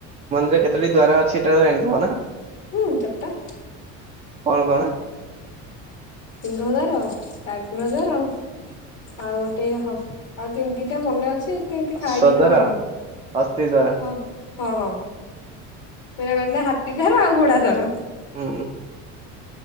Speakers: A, on the right; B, on the left.
A: କେତେଟି ଦ୍ୱାର ଅଛି ସେଇଟା ତ ଜାଣିଥିବ ନା।
B: ହୁଁ ଚାରି ଟା।
A: କଣ କଣ?
B: ସିଂହଦାର, ବ୍ୟାଘ୍ର ଦ୍ୱାର ଆଉ ଗୋଟେ ହ ଆଉ <unintelligible> ମନେ ଅଛି ଏତେ ଏମତି
A: ଅଶ୍ୱଦ୍ୱାର
B: ଖାଇରେ ମନ ନାହିଁ
A: ଅସ୍ଥିଦ୍ୱାର
B: ହଁ। ଓ ହୋ <unintelligible> ହାତୀ ଦ୍ୱାର ଆଉ ଘୋଡ଼ା ଦ୍ୱାର।
A: ହୁଁ।